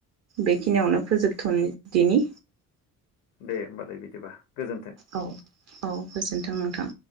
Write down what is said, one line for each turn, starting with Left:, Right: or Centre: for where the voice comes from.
Right: बेखिनियावनो फोजोबथ'नि दोनि
Left: दे होमबालाय बिदिबा गोजोन्थों
Right: औ औ गोजोनथों नोंथां